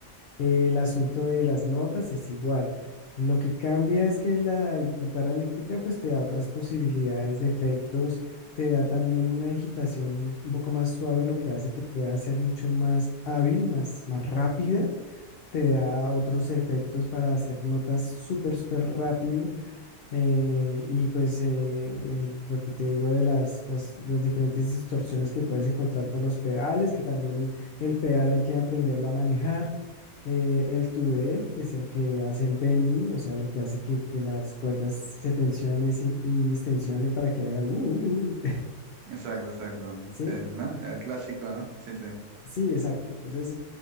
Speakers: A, on the left (about 85°); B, on the right (about 85°).
A: Eh, el asunto de las notas es igual. Lo que cambia es que la guitarra eléctrica pues te da otras posibilidades de efectos, te da también una digitación un poco más suave, lo que hace que pueda ser mucho más hábil, más, más rápida te da otros efectos para hacer notas súper, súper rápido. eh, y pues eh, eh, lo que te digo de las, las, las diferentes distorsiones que puedes encontrar con los pedales, que también el pedal hay que aprenderlo a manejar. eh, el tudel, que es el que hace el bending, o sea, lo que hace que, que las cuerdas se tensionen y, y distensionen para que haga uh, uh, uh.
B: Exacto, exacto,
A: <laughs>
B: ¿no?
A: ¿sí?
B: El, ¿no? El clásico, ¿no? Sí, sí.
A: Sí, exacto. Entonces,